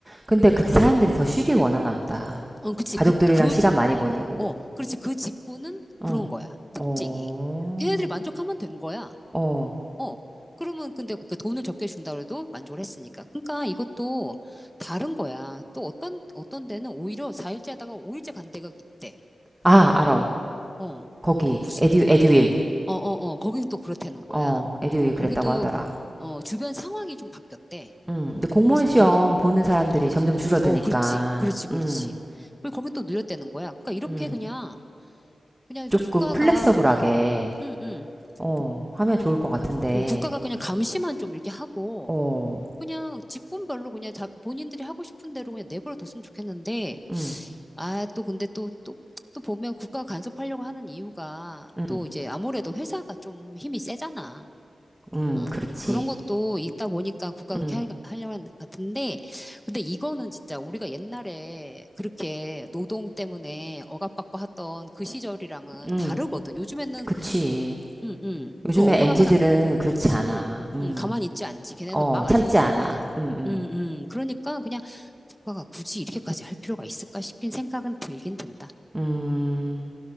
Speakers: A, on the right; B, in the centre.
A: 근데 그때 사람들이 더 쉬길
B: 음.
A: 원하나 보다.
B: 어, 그치.
A: 가족들이랑
B: 그, 그,
A: 시간 많이 보내고.
B: 어, 그렇지. 그 직구는
A: 어.
B: 그런 거야. 특징이.
A: 어.
B: 걔네들이 만족하면 된 거야.
A: 어.
B: 어. 그러면 근데 그 돈을 적게 준다 그래도 만족을 했으니까. 그러니까 이것도 다른 거야. 또 어떤, 어떤 데는 오히려 4일째 하다가 5일째 간 데가 있대.
A: 아, 알아.
B: 어.
A: 거기
B: 그 무슨,
A: 에듀 에듀윌.
B: 어, 어, 어. 거긴 또 그렇다는 거야.
A: 어, 에듀윌 그랬다고
B: 거긴 또,
A: 하더라.
B: 어, 주변 상황이 좀 바뀌었대.
A: 음. 근데 공무원
B: 그래서
A: 시험
B: 뭐 거긴,
A: 보는 사람들이
B: 음.
A: 점점 줄어드니까.
B: 어, 그렇지. 그렇지. 그렇지.
A: 음.
B: 그리고 거긴 또 늘렸다는 거야. 그러니까 이렇게
A: 음.
B: 그냥 그냥
A: 조금
B: 국가가,
A: 플렉서블하게
B: 어, 응, 응.
A: 어,
B: 부-
A: 하면 좋을 것 같은데.
B: 응, 국가가 그냥 감시만 좀 이렇게 하고,
A: 어,
B: 그냥 직군별로 그냥 자, 본인들이 하고 싶은 대로 그냥 내버려 뒀으면 좋겠는데,
A: 응,
B: 아, 또 근데 또, 또, 또 보면 국가가 간섭하려고 하는 이유가
A: 응,
B: 또 이제 아무래도 회사가 좀 힘이 세잖아.
A: 응,
B: 어,
A: 그렇지.
B: 그런 것도 있다 보니까 국가가
A: 응,
B: 그렇게 하, 하려고 하는 것 같은데, 근데 이거는 진짜 우리가 옛날에 그렇게 노동 때문에 억압받고 했던 그 시절이랑은
A: 응,
B: 다르거든. 요즘에는,
A: 그치.
B: 응, 응.
A: 요즘에
B: 그 억울함을
A: m 지들은 그렇지 않아.
B: 응,
A: 음,
B: 응, 가만히 있지 않지. 걔네는
A: 어,
B: 막
A: 참지
B: 알리잖아.
A: 않아. 음, 음,
B: 응, 응. 그러니까 그냥 국가가 굳이 이렇게까지 할 필요가 있을까 싶긴 생각은 들긴 든다.
A: 음.